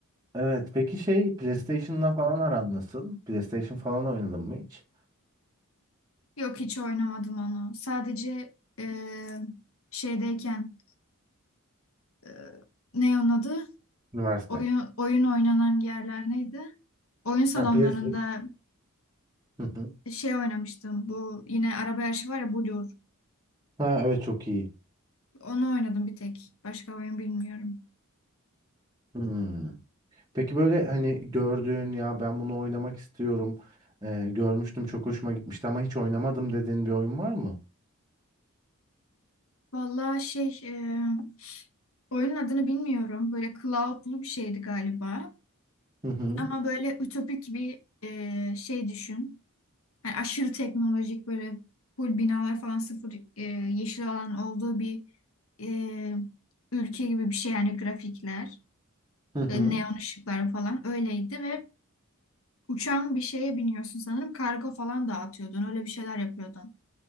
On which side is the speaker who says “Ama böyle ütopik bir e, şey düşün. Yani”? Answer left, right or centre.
Left